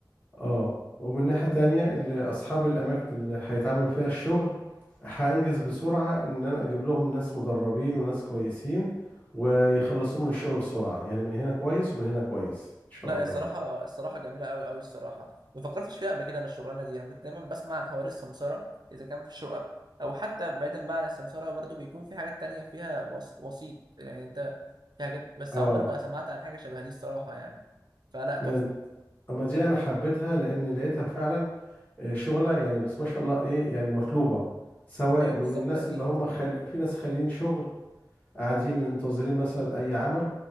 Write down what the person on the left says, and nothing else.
اه ومن ناحية تانية اللي أصحاب الأماكن اللي هيتعمل فيها الشغل هأنجز بسرعة إن أنا أجيب لهم ناس مدربين وناس كويسين ويخلصوا من الشغل بسرعة يعني من هنا كويس ومن هنا كويس إن شاء
الله
يعني
اه
ما أما دي أنا حبيتها لأن لقيتها فعلا آه، شغلة يعني بس ما شاء الله إيه يعني مطلوبة سواء
من
الناس
اللي هم خل... في ناس خاليين شغل قاعدين منتظرين مثلا أي عمل